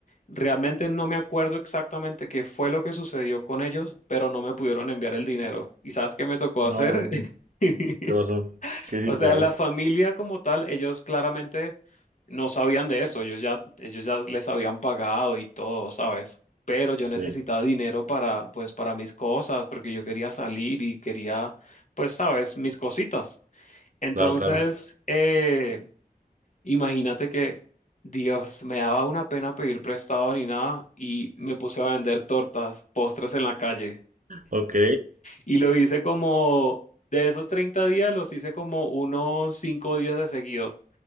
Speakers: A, on the left (about 50°); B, on the right (about 55°).
A: Realmente no me acuerdo exactamente qué fue lo que sucedió con ellos, pero no me pudieron enviar el dinero. ¿Y sabes qué me tocó
B: No,
A: hacer? <laughs>
B: ¿qué pasó? ¿Qué hiciste?
A: O sea,
B: A
A: la
B: ver.
A: familia como tal, ellos claramente no sabían de eso, ellos ya, ellos ya les habían pagado y todo, ¿sabes? Pero yo
B: Sí,
A: necesitaba dinero para, pues, para mis cosas, porque yo quería salir y quería, pues, ¿sabes? Mis cositas. Claro. Entonces,
B: claro, claro.
A: eh, imagínate que, Dios, me daba una pena pedir prestado ni nada y me puse a vender tortas, postres en la calle.
B: Ok,
A: Y lo hice como, de esos 30 días, los hice como unos 5 días de seguido